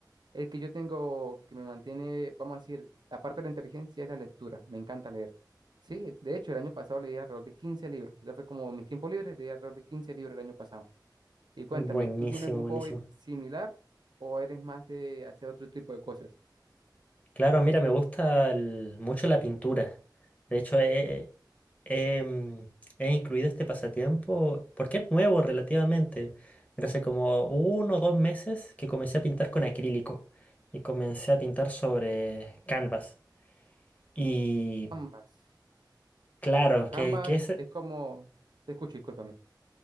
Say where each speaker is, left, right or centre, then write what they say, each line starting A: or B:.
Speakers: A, on the right (about 70°); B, on the left (about 20°).
A: El que yo tengo que me mantiene, vamos a decir, aparte de la inteligencia, es la lectura. Me encanta leer. Sí, de hecho, el año pasado leí alrededor de quince libros. Ya fue como mis tiempos libres, leí alrededor de 15 libros el año pasado. Y cuéntame,
B: buenísimo,
A: ¿tú tienes algún
B: buenísimo.
A: hobby similar o eres más de hacer otro tipo de cosas?
B: Claro, mira, me gusta el- mucho la pintura. De hecho, he, he, mm, he incluido este pasatiempo porque es nuevo relativamente. Pero hace como uno o dos meses que comencé a pintar con acrílico y comencé a pintar sobre canvas. Y
A: Canvas.
B: claro,
A: Canvas
B: que, que es,
A: es como... Te escucho, discúlpame.